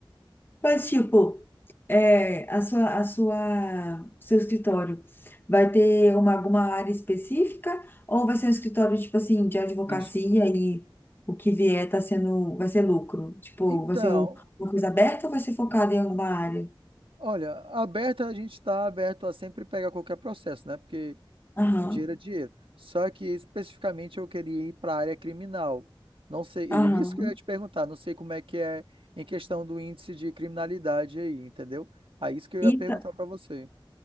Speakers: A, on the left (about 25°); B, on the right (about 80°).
A: Mas, tipo. É, a sua, a sua, seu escritório vai ter uma, alguma área específica ou vai ser um escritório, tipo assim, de advocacia
B: Entendi.
A: e o que vier tá sendo, vai ser lucro? Tipo,
B: Então,
A: vai ser um- uma coisa aberta ou vai ser focado em alguma área?
B: olha, aberta a gente está aberto a sempre pegar qualquer processo, né? Porque
A: Aham,
B: Dinheiro é dinheiro. Só que especificamente eu queria ir para a área criminal. Não sei,
A: aham.
B: e isso que eu ia te perguntar, não sei como é que é em questão do índice de criminalidade aí, entendeu? Aí isso que eu ia
A: Então,
B: perguntar para você.